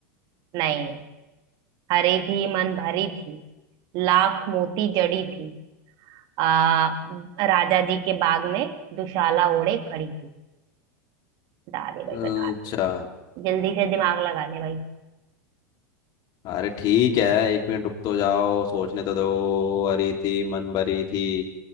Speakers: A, on the right; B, on the left.
A: नहीं हरी थी मन भरी थी लाख मोती जड़ी थी आ, राजा जी के बाग में दुशाला ओढ़े खड़ी थी बता दे भाई
B: अच्छा
A: बता दे जल्दी से दिमाग लगा ले भाई
B: अरे ठीक है एक मिनट रुक तो जाओ सोचने तो दो हरी थी मन भरी थी